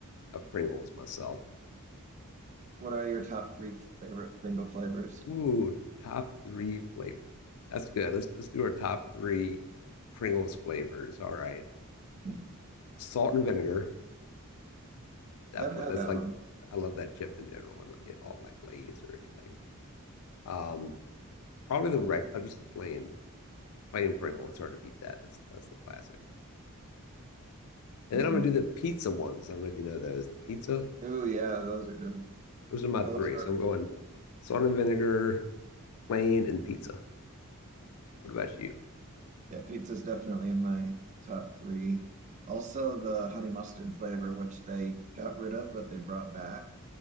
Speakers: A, on the left; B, on the right.
A: of Pringles myself.
B: What are your top three favorite Pringle flavors?
A: Ooh, top three flavor. That's good. Let's let's do our top three Pringles flavors. All right.
B: <laughs> I
A: Salt and vinegar, definitely.
B: haven't had
A: That's
B: that
A: like
B: one.
A: I love that chip in general and it all like Lay's or anything. Um, probably the regular, just the plain plain Pringle. It's hard to beat that. That's that's the classic. And
B: hmm
A: then I'm gonna do the pizza ones. I don't know if you know those. The pizza,
B: Oh yeah, those are good.
A: those are my
B: Those
A: three.
B: are
A: So I'm going salt and vinegar, plain, and pizza. What about you?
B: yeah, pizza's definitely in my top three. Also the honey mustard flavor, which they got rid of, but they brought back.